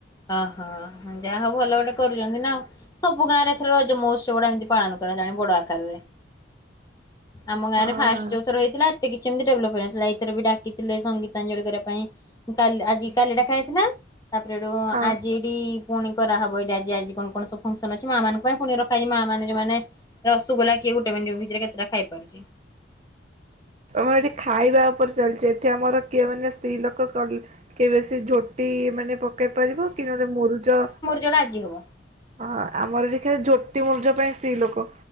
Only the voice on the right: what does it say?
ହଁ
ହଁ
ଆମର ଏଠି ଖାଇବା ଉପରେ ଚାଲିଛି ଏଠି ଆମର କିଏ ମାନେ ସ୍ତ୍ରୀ ଲୋକ କରି କେବେ ସେ ଝୋଟି ମାନେ ପକେଇ ପାରିବ କି ନଲେ ମୁରୁଜ
ହ ଆମର ଦେଖା ଝୋଟି ମୂର୍ଜ ପାଇଁ ସ୍ତ୍ରୀ ଲୋକ